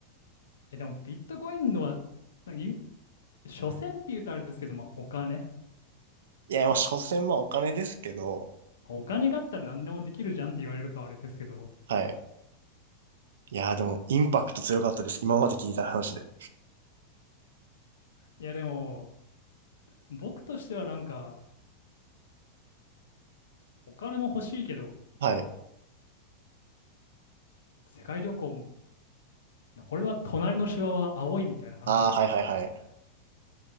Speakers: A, on the left (about 65°); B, on the right (about 60°).
A: え、でもビットコインのは、なんか言う、所詮って言うとあれですけど、まあ、お金。
B: いや、まあ、所詮まあお金ですけど、
A: まあお金があったら何でもできるじゃんって言われるとあれですけど、
B: はい。いや、でも、インパクト強かったです。今まで聞いた話で。
A: いや、でも、僕としてはなんか、お金も欲しいけど、
B: はい。
A: 世界旅行も、これは隣のシワは青いみたいな話なんですかね。
B: ああ、はいはいはい。